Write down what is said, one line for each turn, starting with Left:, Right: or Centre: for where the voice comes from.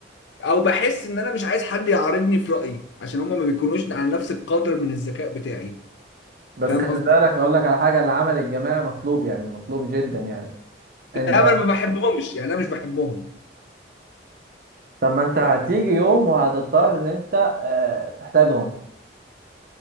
Left: او بحس ان انا مش عايز حد يعارضني في رايي عشان هما ما بيكونوش على نفس القدر من الذكاء بتاعي
Right: بس
Left: فاهم
Right: خلي
Left: قصدي؟
Right: بالك اقول لك على حاجة العمل الجماعي مطلوب يعني مطلوب جدا يعني انت
Left: لا انا ما بحبهمش يعني انا مش بحبهم
Right: طب ما انت هتيجي يوم وهتضطر ان انت آه، تحتاجهم